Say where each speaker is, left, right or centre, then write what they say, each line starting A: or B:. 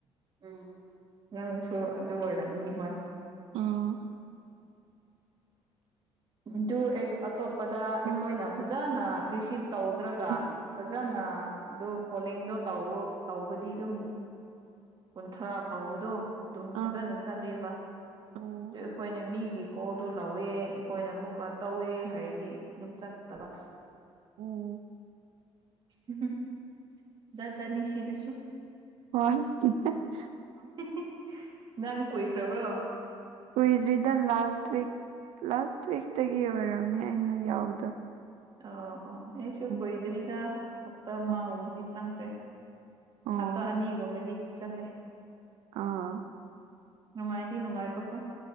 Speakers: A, on the right; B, on the right.
A: ꯎꯝ ꯅꯪꯁꯨ ꯑꯗꯨ ꯑꯣꯏꯔꯝꯅꯤ ꯍꯣꯏ
B: ꯎꯝ
A: ꯑꯗꯨ ꯑꯩꯛ ꯑꯇꯣꯞꯄꯗ ꯑꯩꯈꯣꯏꯅ
B: ꯎꯝ
A: ꯐꯖꯅ ꯔꯤꯁꯤꯞ ꯇꯧꯗ꯭ꯔꯒ
B: ꯎꯝ
A: ꯐꯖꯅ ꯑꯗꯨ ꯀꯣꯂꯤꯡꯗꯣ ꯇꯧꯑꯣ ꯇꯧꯕꯗꯤ ꯑꯗꯨꯝ ꯀꯨꯟꯊ꯭ꯔꯥ ꯐꯥꯎꯕꯗꫭ ꯑꯗꯨꯝ ꯐꯖꯅ
B: ꯑꯥ
A: ꯆꯠꯂꯦꯕ
B: ꯎꯝ
A: ꯑꯗꯨ ꯑꯩꯈꯣꯏꯅ ꯃꯤꯒꯤ ꯀꯣꯜꯗꯣ ꯂꯧꯋꯦ ꯑꯩꯈꯣꯏꯅ ꯑꯃꯨꯛꯀ ꯇꯧꯋꯦ ꯍꯥꯏꯔꯗꯤ ꯑꯗꯨꯝ ꯆꯠꯇꯕ
B: ꯎꯝ
A: <unintelligible> ꯖꯥꯠ ꯖꯥꯠꯅꯤ ꯁꯤꯗꯁꯨ
B: ꯍꯣꯏ <unintelligible>
A: <unintelligible> ꯅꯪ ꯀꯨꯏꯈ꯭ꯔꯕ꯭ꯔꯣ
B: ꯀꯨꯏꯗ꯭ꯔꯤꯗ ꯂꯥꯁ ꯋꯤꯛ ꯂꯥꯁ ꯋꯤꯛꯇꯒꯤ ꯑꯣꯏꯔꯝꯅꯤ ꯑꯩꯅ ꯌꯥꯎꯕꯗꯣ
A: ꯑꯣ ꯑꯣ ꯑꯩꯁꯨ
B: ꯎꯝ
A: ꯀꯨꯏꯗ꯭ꯔꯤꯗ ꯍꯞꯇꯥ ꯑꯃꯒꯨꯝꯕꯗꯤ
B: ꯎꯝ
A: ꯆꯪꯈ꯭ꯔꯦ
B: ꯑꯣ
A: ꯍꯞꯇꯥ ꯑꯅꯤꯒꯨꯝꯕꯗꯤ ꯆꯠꯂꯦ
B: ꯑꯥ
A: ꯅꯨꯡꯉꯥꯏꯗꯤ ꯅꯨꯡꯉꯥꯏꯕꯀꯣ